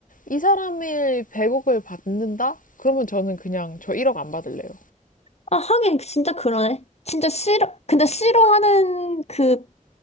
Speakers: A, on the left; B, on the left.
A: 이 사람일 100억을 받는다? 그러면 저는 그냥 저 1억 안 받을래요.
B: 아, 하긴 진짜 그러네. 진짜 싫어, 근데 싫어하는 그,